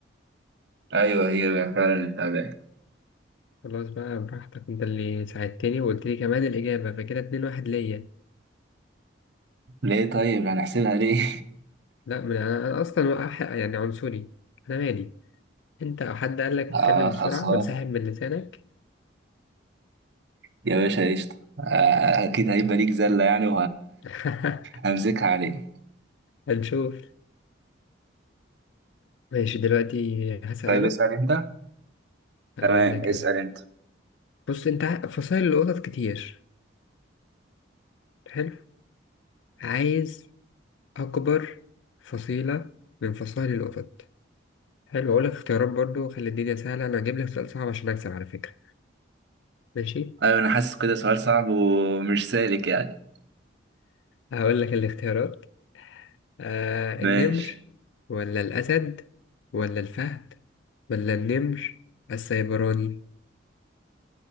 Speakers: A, on the right (about 60°); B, on the left (about 75°).
A: أيوه هي فعلا التعبان
B: خلاص بقى براحتك أنت اللي ساعدتني وقلت لي كمان الإجابة فكده اتنين واحد ليا
A: ليه طيب هنحسبها ليه؟
B: لا من أنا, أنا أصلا وقح- يعني عنصري أنا مالي أنت أو حد قال لك اتكلم
A: <laughs> آه خلصان
B: بسرعة وانسحب من لسانك
A: يا باشا قشطة آه أكيد هيبقى ليك زلة يعني
B: <laughs>
A: وهمسكها <laughs> عليك
B: هنشوف ماشي دلوقتي هسأل
A: طيب
B: أنا
A: اسأل أنت
B: هقول
A: تمام
B: لك
A: اسأل
B: أنا
A: أنت
B: بص انت ع- فصائل القطط كتير حلو عايز اكبر فصيلة من فصائل القطط حلو اقول لك اختيارات برضو خلي الدنيا سهلة انا هجيب لك سؤال صعب عشان اكسب على فكرة ماشي
A: ايوه انا حاسس كده سؤال صعب ومش سالك يعني
B: هقول لك الاختيارات آه
A: ماشي
B: النمر ولا الاسد ولا الفهد ولا النمر السيبراني